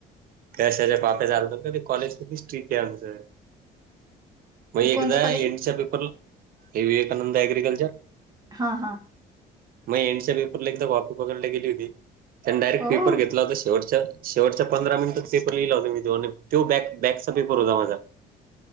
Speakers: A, on the right (about 60°); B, on the right (about 25°).
A: कशाच्या कप्या चालतात कॉलेज ट्रिकआमचं मग एकदा
B: कोणतं कॉलेज
A: एंडचा
B: आहे?
A: पेपर हे विवेकानंद अग्रिकल्चर
B: हा हा
A: मग एंडच्या पेपरला एकदा कॉपी पकडला गेली होती त्यांनी डायरेक्ट
B: हो
A: पेपर घेतला होता शेवटच्या शेवटच्या पंधरा मिनिटच पेपर लिहिला होता मी तो आणि तो बॅक बॅकचा पेपर होता माझा